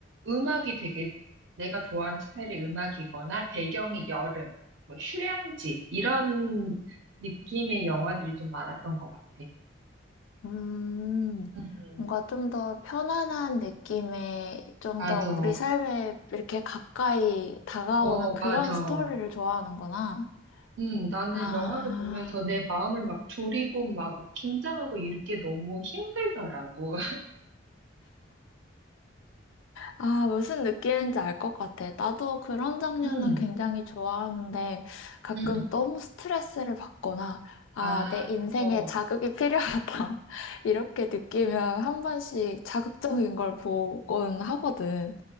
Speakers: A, on the right (about 65°); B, on the left (about 70°).
A: 음악이 되게 내가 좋아하는 스타일의 음악이거나 배경이 여름, 뭐 휴양지, 이런 느낌의 영화들이 좀 많았던 것 같아.
B: 음,
A: 음,
B: 뭔가 좀 더 편안한 느낌의, 좀
A: 맞아.
B: 더 우리 삶에 이렇게 가까이 다가오는
A: 어,
B: 그런
A: 맞아.
B: 스토리를 좋아하는구나.
A: 음, 나는
B: 아,
A: 영화를 보면서 내 마음을 막 졸이고 막, 막 긴장하고 이렇게 너무 힘들더라고.
B: 아, 무슨 느낌인지 알 것 같아. 나도 그런 장르는
A: 음,
B: 굉장히 좋아하는데 가끔
A: 음,
B: 너무 스트레스를 받거나 아,
A: 아,
B: 내 인생에
A: 어,
B: 자극이 필요하다. <laughs> 이렇게 느끼면 한 번씩 자극적인 걸 보곤 하거든.